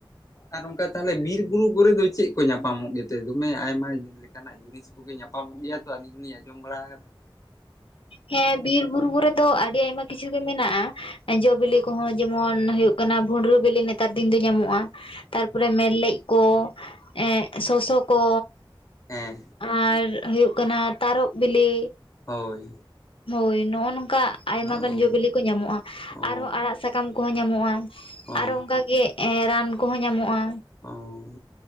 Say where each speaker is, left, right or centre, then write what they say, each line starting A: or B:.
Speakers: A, on the left (about 40°); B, on the left (about 80°).
A: ᱟᱨ ᱝᱠᱟ ᱛᱟᱦᱚᱞᱮ ᱵᱤᱨ ᱵᱩᱨᱩ ᱠᱚᱨᱮ ᱫᱚ ᱪᱮᱫ ᱠᱚ ᱧᱟᱯᱟᱢᱚᱜ ᱜᱮᱛᱮ <unintelligible> ᱧᱟᱯᱟᱢᱚᱜ ᱜᱮᱭᱟ ᱛᱚ <unintelligible>
B: ᱦᱮᱸ ᱵᱤᱨ ᱵᱩᱨᱩ ᱠᱚᱨᱮ ᱫᱚ ᱟᱹᱰᱤ ᱟᱭᱢᱟ ᱠᱤᱪᱷᱩ ᱜᱮ ᱢᱮᱱᱟᱜᱼᱟ ᱡᱚᱼᱵᱤᱞᱤ ᱠᱚᱦᱚᱸ ᱡᱮᱢᱚᱱ ᱦᱩᱭᱩᱜ ᱠᱟᱱᱟ ᱵᱷᱩᱸᱰᱨᱩ ᱵᱤᱞᱤ ᱱᱮᱛᱟᱨ ᱫᱤᱱ ᱫᱚ ᱧᱟᱢᱚᱜᱼᱟ ᱛᱟᱨᱯᱚᱨᱮ ᱢᱮᱨᱞᱮᱜ ᱠᱚ ᱮᱸ ᱥᱚᱥᱚ ᱠᱚ
A: ᱦᱮᱸ
B: ᱟᱨ ᱦᱩᱭᱩᱜ ᱠᱟᱱᱟ ᱛᱟᱨᱚᱵ ᱵᱤᱞᱤ
A: ᱦᱳᱭ
B: ᱦᱳᱭ ᱱᱚᱜᱼᱚᱭ ᱱᱚᱝᱠᱟ ᱟᱭᱢᱟ
A: ᱚ
B: ᱜᱟᱱ ᱡᱚᱼᱵᱤᱞᱤ ᱠᱚ ᱧᱟᱢᱚᱜᱼᱟ
A: ᱚ
B: ᱟᱨᱦᱚᱸ ᱟᱲᱟᱜ ᱥᱟᱠᱟᱢ ᱥᱟᱠᱟᱢ ᱠᱚᱦᱚᱸ ᱧᱟᱢᱚᱜᱼᱟ
A: ᱚ
B: ᱟᱨᱚ ᱚᱝᱠᱟ ᱜᱮ ᱨᱟᱱ ᱠᱚᱦᱚᱸ ᱧᱟᱢᱚᱜᱼᱟ
A: ᱟᱭᱻ